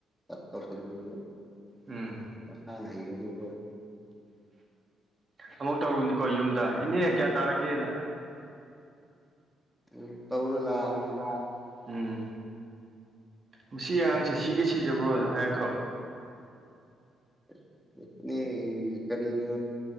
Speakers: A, in the centre; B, on the right (about 40°).
A: ꯇꯛ ꯇꯧꯁꯟꯕ
B: ꯎꯝ
A: ꯃꯁꯥꯅ ꯍꯩꯒꯗꯧ <unintelligible>
B: ꯑꯃꯨꯛ ꯇꯧꯔꯨꯅꯤꯀꯣ ꯌꯨꯝꯗ ꯏꯅꯦ ꯀꯌꯥ ꯇꯥꯔꯒꯦꯅ
A: ꯎꯝ ꯇꯧꯔ ꯂꯤꯛꯑꯒ‌ꯦ
B: ꯇꯧꯔ ꯂꯥꯛ ꯎꯝ ꯃꯁꯤ ꯑꯉꯥꯡꯁꯦ ꯁꯤꯒꯦ ꯁꯤꯖꯈ꯭ꯔꯣ ꯍꯥꯏꯔꯛꯇ꯭ꯔꯣ
A: <unintelligible> ꯀꯔꯤꯅꯣ